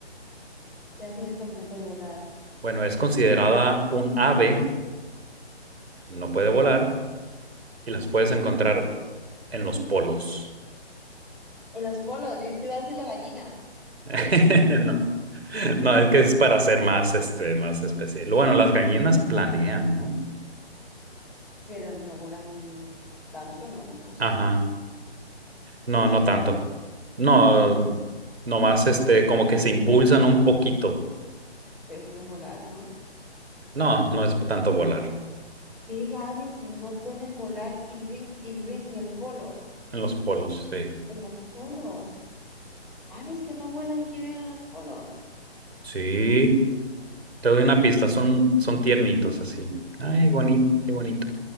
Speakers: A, in the centre; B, on the right.
A: ¿Qué ave es la que no puede volar?
B: Bueno, es considerada un ave, no puede volar, y las puedes encontrar en los polos.
A: En los polos, yo te iba a decir la gallina,
B: <laughs> No, no, es que es para ser más, este, más especial. Bueno, las gallinas planean, ¿no?
A: pero no vuelan tanto, ¿no? ¿O sí?
B: Ajá, no,
A: Sí
B: no
A: vuelan,
B: tanto. No,
A: no tanto,
B: nomás este, como que se impulsan
A: eso no es volar,
B: un poquito.
A: pero eso no es volar, ¿no?
B: No, no es tanto volar.
A: ¿Qué aves no pueden volar y viven, y viven en el polo?
B: En los polos, sí.
A: En los polos. Aves que no vuelan y que viven en los polos.
B: Sí, te doy una pista, son, son tiernitos así. Ay, bonito, qué bonito.